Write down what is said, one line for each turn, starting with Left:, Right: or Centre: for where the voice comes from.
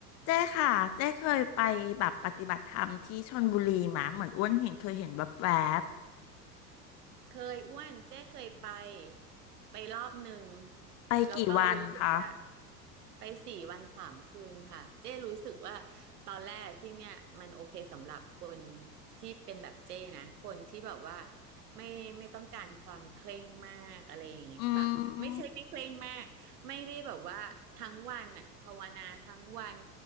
Left: เจ้ค่ะเจ้เคยไปแบบปฏิบัติธรรมที่ชลบุรีมาเหมือนอ้วนเห็นเคยเห็นแวบ
Right: เคยอ้วนเจ๊เคยไปไปรอบหนึ่ง
Left: ๆไปกี่วันคะ
Right: แล้วก็รู้สึกว่าไปสี่วันสามคืนค่ะเจ๊รู้สึกว่าตอนแรกที่เนี่ยมันโอเคสำหรับคนที่เป็นแบบเจ๊นะคนที่แบบว่าไม่ไม่ต้องการความเคร่งมากอะไรอย่างงี้แบบไม่ใช่ไม่เคร่งมากไม่ได้แบบว่าทั้งวันน่ะภาวนาทั้งวัน
Left: อืม